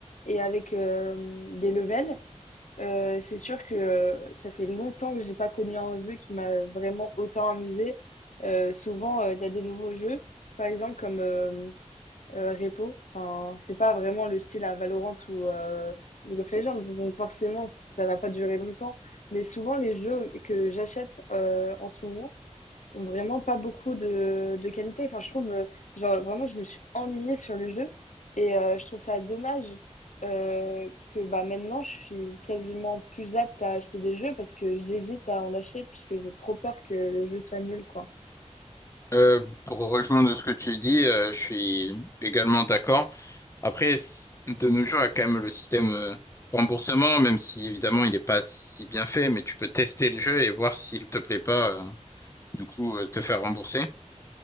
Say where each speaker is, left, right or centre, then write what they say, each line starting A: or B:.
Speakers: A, on the left (about 85°); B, on the left (about 25°).
A: et avec euh, des levels. Euh, c'est sûr que euh, ça fait longtemps que j'ai pas connu un jeu qui m'a vraiment autant amusé. Euh, souvent, euh, il y a des nouveaux jeux, par exemple comme euh, euh, repo. Enfin, c'est pas vraiment le style à Valorant ou euh, League of Legends, donc forcément, ça va pas durer longtemps. Mais souvent, les jeux que j'achète euh, en ce moment ont vraiment pas beaucoup de, de qualité. Enfin, je trouve, euh, genre, vraiment, je me suis ennuyée sur le jeu et euh, je trouve ça dommage euh, que bah, maintenant, je suis quasiment plus apte à acheter des jeux parce que j'hésite à en acheter puisque j'ai trop peur que le jeu soit nul, quoi.
B: Euh, pour rejoindre ce que tu dis, euh, je suis également d'accord. Après, c- de nos jours, il y a quand même le système euh, remboursement, même si évidemment il n'est pas si bien fait, mais tu peux tester le jeu et voir s'il te plaît pas, euh, du coup, euh, te faire rembourser.